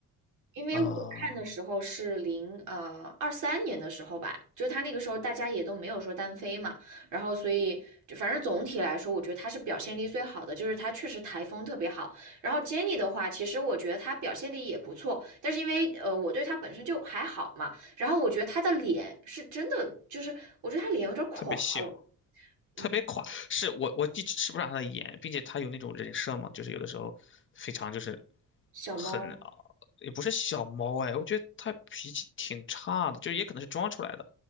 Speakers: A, on the right; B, on the left.
A: 因为我看的时候是零呃二三年的时候吧，
B: 啊、
A: 就他那个时候大家也都没有说单飞嘛，然后所以就反正总体来说，我觉得他是表现力最好的，就是他确实台风特别好。然后 Jenny 的话，其实我觉得他表现力也不错，但是因为呃我对他本身就还好嘛，然后我觉得他的脸是真的，就是我觉得他脸有点垮了
B: 特别小，特别垮，
A: 嗯，
B: 是我我一直吃不上他的颜，并且他有那种人设嘛，就是有的时候非常就是
A: 小猫
B: 很啊也不是小猫哎，我觉得他脾气挺差的，就是也可能是装出来的，